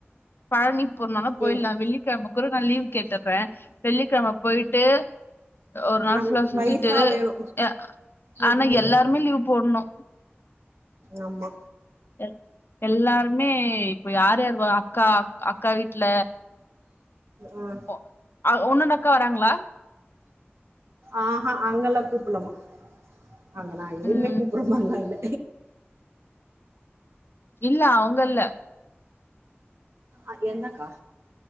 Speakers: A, on the left; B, on the right.
A: பழனி போறதுனாலு போயிட்லா
B: எங்
A: வெள்ளிக் கெழம கூட நா லீவ் கேட்டுற்றே வெள்ளிக்கெழம போயிட்டு ஒரு
B: ஆனா
A: நாள் ஃபுல்லா சுத்திட்டு
B: பைசா வேணு
A: எ
B: ம்
A: ஆனா
B: ம்
A: எல்லாருமே லீவ் போட்ணு
B: ஆமா
A: எ எல்லாருமே இப்போ யார் யார் வ அக்கா அக்கா வீட்ல
B: ம்
A: ஒ அ உன்னோட அக்கா வராங்களா
B: ஆ ஹா அங்கல்லா கூப்பல்லமா அங்க நா எதுமே
A: ம்
B: கூப் அப்புறோமல்லா இல்ல
A: இல்ல அவங்கல்ல
B: அத் எந்தக்கா